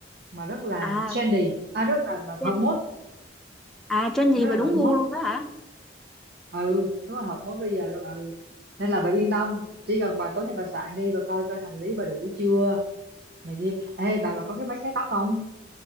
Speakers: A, on the right (about 55°); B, in the centre.
A: mà rất là
B: à
A: trendy à rất là, là
B: trend
A: hợp mốt
B: à trend gì
A: rất
B: mà
A: là
B: đúng
A: hợp
B: gu
A: mốt
B: luôn đó hả
A: ừ đúng là hợp mốt bây giờ luôn ừ nên là bà yên tâm chỉ cần bà tối nay bà soạn đi bà coi coi hành lý bà đủ chưa này kia ê bà bà có cái máy sấy tóc không